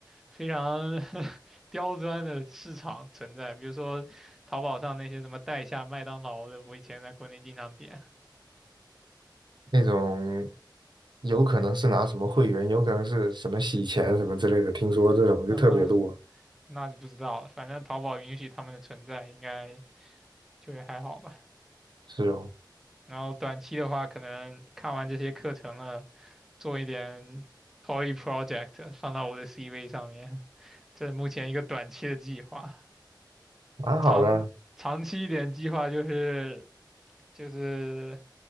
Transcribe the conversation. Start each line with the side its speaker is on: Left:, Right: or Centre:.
Centre: 非常 <laughs> 刁钻的市场存在，比如说淘宝上那些什么代下麦当劳的，我以前在国内经常点
Right: 那种有可能是拿什么会员，有可能是什么洗钱什么之类的，听说这种就特别多。
Centre: 啊，那就不知道了。反正淘宝允许他们的存在，应该就还好吧。
Right: 是哦，
Centre: 然后短期的话，可能看完这些课程了。做一点 poly project 放到我的 C v 上面，这是目前一个短期的计划。
Right: 蛮好的啊。
Centre: 长长期一点计划就是就是